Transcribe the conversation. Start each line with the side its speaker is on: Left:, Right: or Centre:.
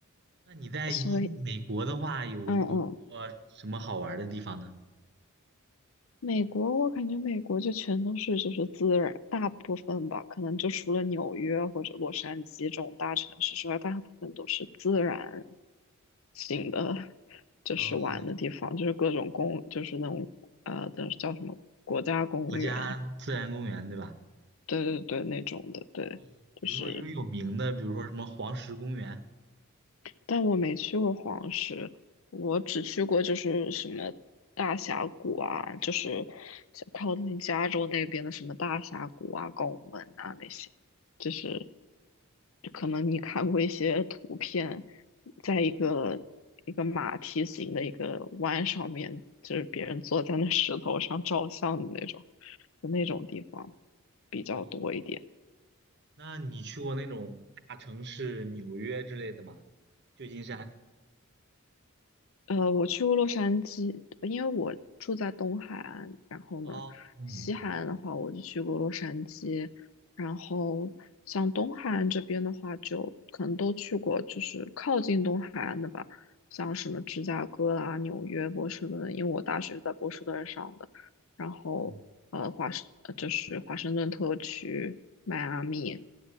Right: 那你在一美国的话，
Left: 所以，
Right: 有有过什么好玩儿的地方呢？
Left: 嗯嗯。美国，我感觉美国就全都是就是自然，大部分吧，可能就除了纽约或者洛杉矶这种大城市之外，大部分都是自然型的，就是玩的地方，
Right: 嗯，
Left: 就是各种公，就是那种呃，叫叫什么国家公园，
Right: 国家自然公园对吧？
Left: 对对对，那种的，对，
Right: 哦，
Left: 就是
Right: 比如说一个有名的，比如说什么黄石公园。
Left: 但我没去过黄石，我只去过就是什么大峡谷啊，就是像靠近加州那边的什么大峡谷啊、拱门啊那些，就是可能你看过一些图片，在一个一个马蹄形的一个弯上面，就是别人坐在那石头上照相的那种，就那种地方比较多一点。
Right: 哦，那你去过那种大城市，纽约之类的吗？旧金山。
Left: 呃，我去过洛杉矶，因为我住在东海岸，然后呢，
Right: 哦，东南亚
Left: 西海岸的话我就去过洛杉矶，然后像东海岸这边的话，就可能都去过，就是靠近东海岸的吧，像什么芝加哥啦、纽约、波士顿，因为我大学是在波士顿上的，然后呃，
Right: 嗯，
Left: 华盛，呃就是华盛顿特区、迈阿密，